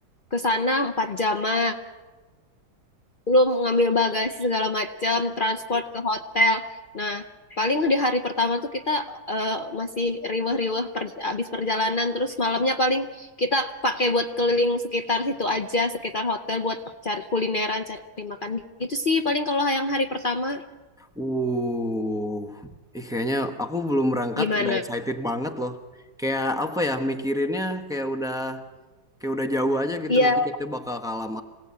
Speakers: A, on the left; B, in the centre.
A: ke sana 4 jaman. belum ngambil bagasi segala macam, transport ke hotel. Nah, paling di hari pertama tuh kita eh, masih riweh-riweh per, abis perjalanan, terus malamnya paling kita pakai buat keliling sekitar situ aja, sekitar hotel buat cari kulineran, cari makan gitu sih. Paling kalau yang hari pertama
B: Uh, ih kayaknya aku belum berangkat
A: gimana?
B: udah excited banget loh. Kayak apa ya mikirinnya kayak udah kayak udah jauh aja gitu.
A: Iya,
B: Nanti kita bakal ke alam